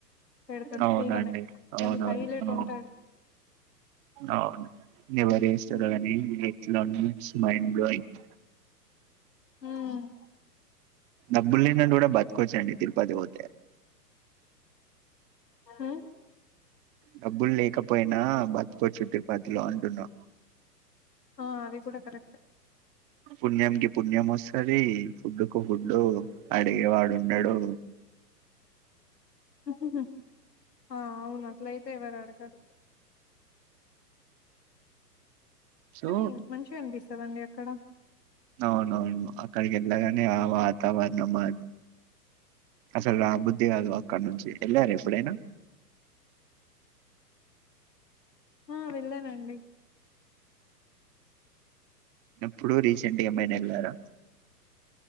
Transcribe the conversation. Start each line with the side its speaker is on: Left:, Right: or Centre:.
Left: పెడతారు
Right: అవునండి
Left: ఫ్రీ గానే
Right: అవునవును
Left: హైలెట్
Right: అవును
Left: అది ఉంటది
Right: అవును నీవెరీస్
Left: హ్మ్
Right: సరేగాని ఇట్లా మోన్స్ మైండ్ బ్లోయింగ్
Left: హ్మ్
Right: డబ్బులు లేనోళ్లు కూడా బతకొచండి అండి తిరుపతి పోతే
Left: ఊ
Right: డబ్బులు లేకపోయినా బతకొచ్చు తిరుపతిలో అంటున్నా
Left: ఆ అది కూడా కరెక్ట్
Right: పుణ్యం కి పుణ్యం వస్తది ఫుడ్డుకు ఫుడ్ అడిగేవాడు ఉండడు
Left: హుహు ఆ అవును అట్లయితే ఎవరు అడగరు
Right: సో
Left: కానీ మంచిగా అనిపిస్తదండి అక్కడ
Right: అవునవును అక్కడికి వెళ్ళగానే ఆ వాతావరణం అది అసలు రా బుద్ధి కాదు అక్కడ నుంచి వెళ్ళారా ఎప్పుడైనా
Left: ఆ వెళ్ళానండి
Right: ఎప్పుడు రీసెంట్గా ఎమైనా వెళ్ళారా